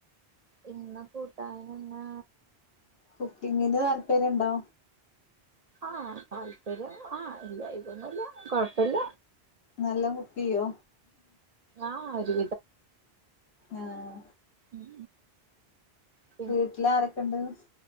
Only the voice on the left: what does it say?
കുക്കിങ്ങിന് താല്പര്യണ്ടോ
നല്ല കുക്കിയോ
ആഹ്
വീട്ടിലാരൊക്കെണ്ട് അസ്